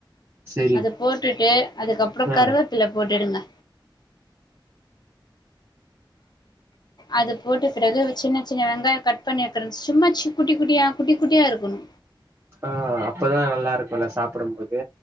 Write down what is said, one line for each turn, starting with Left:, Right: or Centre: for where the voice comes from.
Right: செரி
Left: அத போட்டுட்டு அதுக்கப்பறோ
Right: ஆ
Left: கருவேப்பில போட்டுடுங்க அது போட்டு பிறகு சின்ன சின்ன வெங்காயோ கட் பண்ணிருக்கறன் சும்மா ச்சு குட்டி குட்டியா குட்டி குட்டியா இருக்கணு
Right: ஆஹ் அப்ப தா நல்லாருக்குல்ல சாப்புடும்போது